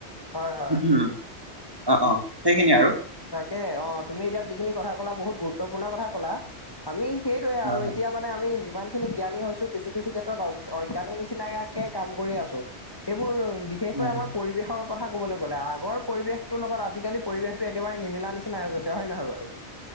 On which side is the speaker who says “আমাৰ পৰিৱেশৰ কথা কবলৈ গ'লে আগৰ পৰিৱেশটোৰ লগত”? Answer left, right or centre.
Left